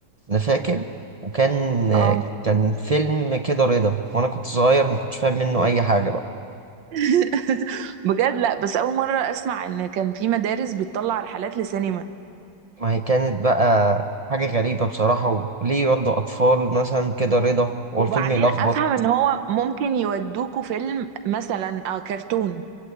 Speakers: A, on the right; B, on the right.
A: انا فاكر وكان آه،
B: اه
A: كان فيلم كده رضا وانا كنت صغير ما كنتش فاهم منه اي حاجه بقى
B: <laughs> بجد لا بس اول مره اسمع ان كان في مدارس بتطلع رحلات لسينما
A: ما هي كانت بقى حاجة غريبة بصراحة وليه يودوا أطفال مثلا كده رضا والفيلم
B: وبعدين
A: يلخبط
B: افهم ان هو ممكن يودوكوا فيلم مثلا آه كرتون